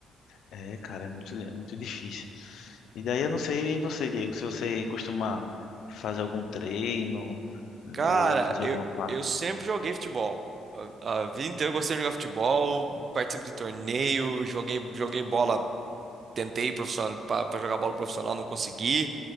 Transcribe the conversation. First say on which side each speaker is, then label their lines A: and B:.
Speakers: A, on the left; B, on the right.
A: É, cara, é muito, é muito difícil. E daí eu não sei e você, Diego, se você costuma fazer algum treino
B: Cara,
A: ou fazer
B: eu,
A: alguma parte.
B: eu sempre joguei futebol. A, a vida inteira eu gostei de jogar futebol, participo de torneio, joguei, joguei bola. Tentei profissional para jogar bola profissional, não consegui.